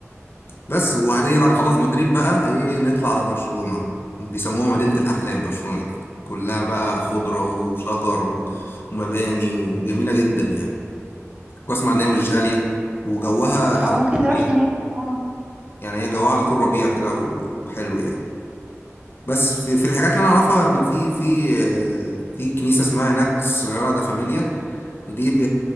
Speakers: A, on the left (about 50°); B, on the right (about 20°).
A: بس وبعدين بعد
B: مم.
A: ما نخلص مدريد بقى ايه نطلع على برشلونه بيسموها مدينه الاحلام برشلونه دي كلها بقى خضره وشجر
B: مم.
A: و- ومباني وجميله جدا يعني واسمع ان هي مش غاليه وجوها
B: او
A: على
B: ممكن
A: طول
B: نروح
A: ربيع مم.
B: هناك اه
A: يعني هي جوها على طول ربيع كده و- وحلو يعني بس في, في الحاجات اللي انا اعرفها ان في في آه، في كنيسه اسمها هناك الصغيره دا فاميليا دي ب-